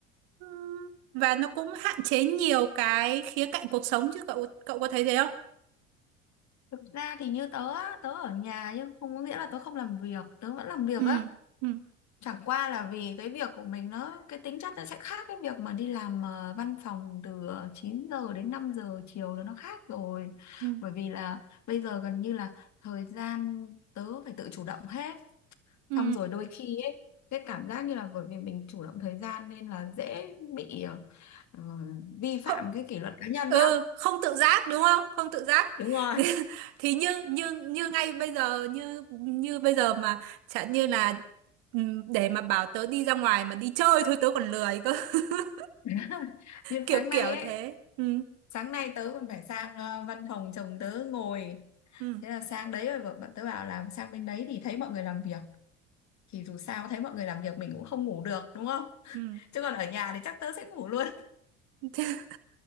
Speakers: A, on the right; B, on the left.
A: Ừ, Và nó cũng hạn chế nhiều cái khía cạnh cuộc sống chứ cậu cậu có thấy thế không?
B: Thực ra thì như tớ á, tớ ở nhà nhưng không có nghĩa là tớ không làm việc, tớ vẫn làm việc
A: Ừ.
B: á.
A: Ừ.
B: Chẳng qua là vì cái việc của mình nó, cái tính chất nó sẽ khác cái việc mà đi làm ờ, văn phòng từ ờ, 9 giờ đến 5 giờ chiều là nó khác rồi.
A: Ừ.
B: Bởi vì là bây giờ gần như là thời gian tớ phải tự chủ động hết.
A: Ừ.
B: Xong rồi đôi khi ấy, cái cảm giác như là bởi vì mình chủ động thời gian nên là dễ bị ờ, ờ, vi phạm
A: Không,
B: cái kỷ luật cá nhân
A: ừ,
B: lắm.
A: không tự giác đúng không? Không tự giác.
B: Đúng rồi.
A: <laughs> Thì như như như ngay bây giờ như như bây giờ mà chẳng như là ừ, để mà bảo tớ đi ra ngoài mà đi chơi thôi tớ còn lười cơ. <laughs>
B: <laughs> như
A: Kiểu
B: tháng này
A: kiểu
B: ấy
A: thế. Ừ.
B: sáng nay tớ còn phải sang ờ, văn phòng chồng tớ ngồi
A: Ừ.
B: thế là sang đấy rồi bọn bọn tớ bảo làm sang bên đấy thì thấy mọi người làm việc thì dù sao thấy mọi người làm việc mình cũng không ngủ được đúng không
A: Ừ.
B: chứ còn ở nhà thì chắc tớ sẽ ngủ luôn
A: <laughs>